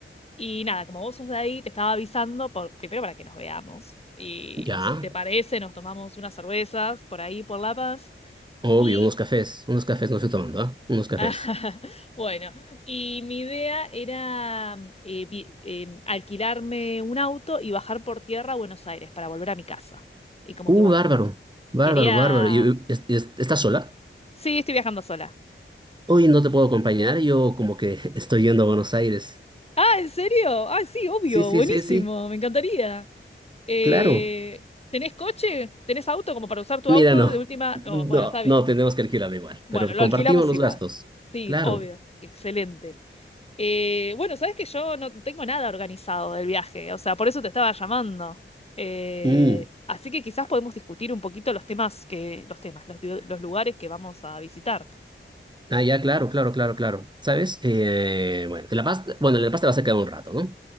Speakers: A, on the left (about 30°); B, on the right (about 20°).
A: y nada, como vos sos de ahí, te estaba avisando por- primero para que nos veamos. Y
B: Ya,
A: no sé si te parece, nos tomamos unas cervezas por ahí, por La Paz.
B: obvio,
A: Y
B: unos cafés. Unos cafés no estoy tomando, ¿ah? Unos cafés.
A: Ah, <laughs> Bueno, y mi idea era mm, eh, vi- em, alquilarme un auto y bajar por tierra a Buenos Aires para volver a mi casa. Y como
B: Uh,
A: que bueno,
B: bárbaro. Bárbaro,
A: quería...
B: bárbaro. ¿Y, y- es- es- estás sola?
A: Sí, estoy viajando sola.
B: Hoy no te puedo acompañar. Yo como que <laughs> estoy yendo a Buenos Aires.
A: Ah, ¿en serio? Ah, sí, obvio,
B: Sí, sí,
A: buenísimo,
B: sí, sí.
A: me encantaría. Eh,
B: Claro.
A: ¿tenés coche? ¿Tenés auto como para usar tu
B: Mira,
A: auto
B: no.
A: de última?
B: No,
A: Oh, bueno, está bien.
B: no, tenemos que alquilarlo igual.
A: Bueno,
B: Pero
A: lo
B: compartimos
A: alquilamos
B: los
A: igual.
B: gastos.
A: Sí,
B: Claro.
A: obvio, excelente. Eh, bueno, sabes que yo no tengo nada organizado del viaje, o sea, por eso te estaba llamando. Eh,
B: Mm.
A: así que quizás podemos discutir un poquito los temas que, los temas, los, lu- los lugares que vamos a visitar.
B: Ah, ya, claro, claro, claro, claro. ¿Sabes? Eh, bueno, en La Paz, bueno, en La Paz te vas a quedar un rato, ¿no?